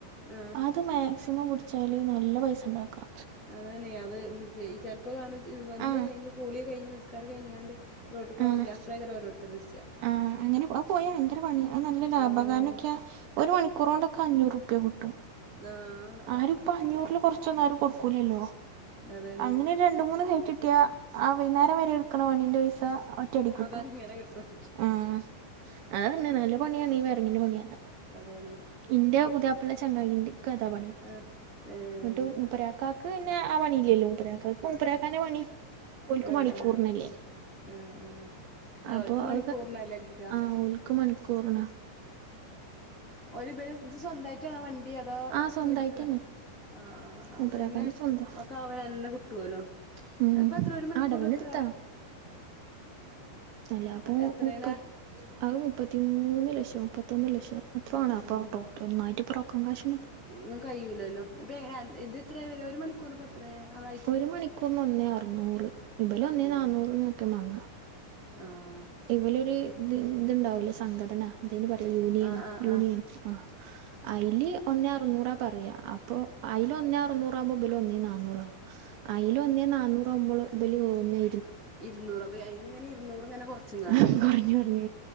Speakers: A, on the left; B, on the right.
A: മ്
B: അത് മാക്സിമം പിടിച്ചാല് നല്ല പൈസ ണ്ടാക്കാ
A: അതാണ് അത് ജൈ ചെലപ്പോ കാണ് ഈ വന്ന്
B: ആഹ്
A: കഴിഞ്ഞ് കുളി കഴിഞ്ഞ് നിസ്കാരം കഴിഞ്ഞിങ്ങാണ്ട് റോട്ട് ക്ക് പോവാൻ
B: ആഹ്
A: നിക്ക അപ്പളേക്കാ രം ഒരോരുത്തര് വിളിച്ച
B: ആഹ് അങ്ങനെ അഹ് പോയാ ഭയങ്കര പണി നല്ല ലാഭ
A: ആഹ്
B: കാരണം ക്യ ഒരു മണിക്കൂറൊണ്ടൊക്കെ അഞ്ഞൂറ് ർപ്യ കിട്ടും
A: ന്നാ
B: ആരുപ്പോ അഞ്ഞൂറിൽ കൊറച്ചൊന്നും ആരും കൊടുക്കൂലല്ലോ
A: അതാണ്
B: അങ്ങനെ രണ്ട് മൂന്ന് ഹൈറ്റ് ട്ടയാ ആ വൈകുന്നേരം വരെ ഇട്ക്ക്ണ പണിന്റെ പൈസ ഒറ്റയടിക്ക്
A: അതാണ്
B: കിട്ടും
A: ഇങ്ങനെ കിട്ടും
B: ആഹ് അതന്നെ നല്ല പണിയാണ് ഈ വയറിങ്ങിന്റെ പണിയൊക്കെ
A: അതാണ്
B: ഇന്റെ പുതിയാപ്ലന്റെ ചങ്ങായിണ്ട് ക്ക് അതാ പണി
A: ആഹ് ഏഹ്
B: ന്നട്ട് മൂപ്പരാ കാക്ക് പിന്നെ ആ പണിയില്ലല്ലോ മൂപ്പരാക്കക്ക് മൂപ്പരാക്കാന്റെ പണി ഓൽക്ക്
A: ആഹ്
B: മണിക്കൂറിനല്ലേ
A: ആഹ് ആഹ് ആഹ് ആഹ്
B: അപ്പൊ
A: ഓൽക്ക് മണിക്കൂറിനല്ലേ
B: അക്കെ
A: കിട്ടാ
B: ആഹ് ഓൽ ക്ക് മണിക്കൂറ് നാ
A: ഓര് പര് ഇത് സ്വന്തയിട്ടാണേ വണ്ടി അ തോ
B: ആ സ്വന്തായിട്ടന്നെ
A: കൂലിക്കാ ആഹ് ആഹ് അപ്പ
B: മൂപ്പരാക്കാന്റെ
A: പിന്നെ
B: സ്വന്താ
A: ഒക്കെ അവനന്നേ കിട്ടുവലോ
B: ഉം
A: ഇപ്പ എത്ര ഒരു മണിക്കൂറിനെത്രേ
B: അടവിനെടുത്താ അല്ലാപ്പോ
A: എത്രേണ്
B: മുപ്പത്
A: ആഹ്
B: അഹ് മുപ്പത്തിമൂന്നുലക്ഷോ മുപ്പത്തൊന്ന് ലക്ഷോ അത്രോആണ്
A: ആഹ്
B: അപ്പം ടോട്ട്ർ ഒന്നായിറ്റ് ബ്രോക്കറുംകാഷ്
A: ഇങ്ങക്ക് കഴിയൂല്ലല്ലോ ഇപ്പേ എങ്ങനാ അൻ ഇത് എത്രേ വെരാ ഒരു മണിക്കൂർനിപ്പം എത്രേ ആവ
B: ഒരു മണിക്കൂറിന് ഒന്നേ അറുന്നൂറ് ഇബല്
A: അറുന്നൂറ്
B: ഒന്നേ നാന്നൂറ്നൊക്കെ മാങ്ങാ
A: ആഹ്
B: ഇവലൊരു ഇത് മ് ഇതൊണ്ടാവൂലേ സംഘടന എന്തേനു പറയാ യൂനിയനോ
A: ആഹ് ആഹ്
B: യൂണിയാ
A: ആഹ്
B: ആഹ് അയില് ഒന്നേഅറുന്നൂറാ പറയാ അപ്പൊ അയില് ഒന്നേഅറുന്നൂറാവുമ്പോ ഇബല് ഒന്നേ നാന്നൂറാ അയില് ഒന്നേ നാന്നൂറാവുമ്പോള് ഇബല് ഒന്നേ
A: ഇരുന്നൂറൊ അപ്പ അയിന്ന് എങ്ങനെ ഇരുന്നൂറ് ഇങ്ങനെ കൊറച്ച്ങ്ങാണ്ട്
B: ആ കൊറഞ്ഞ് കൊറഞ്ഞ്